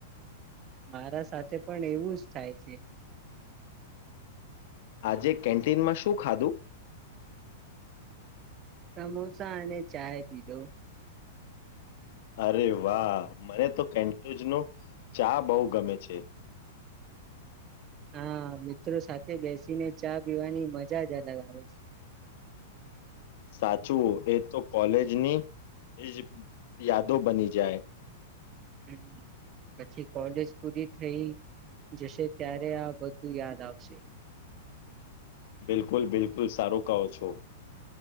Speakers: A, on the right; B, on the left.
A: મારા સાથે પણ એવું જ થાય છે
B: આજે કેન્ટીનમાં શું ખાધું
A: સમોસા અને ચાય પીધો
B: અરે વાહ મને તો કેન્ટુજ ન ચા બહુ ગમે છે
A: હા મિત્રો સાથે બેસીને ચા પીવાની મજા જ અલગ આવે છે
B: સાચું એ તો કોલેજની એજ યાદો બની છે જાય
A: હમ પછી કોલેજ પૂરી થઈ જશે ત્યારે આ બધું યાદ આવશે
B: બિલકુલ બિલકુલ સારું કહો છો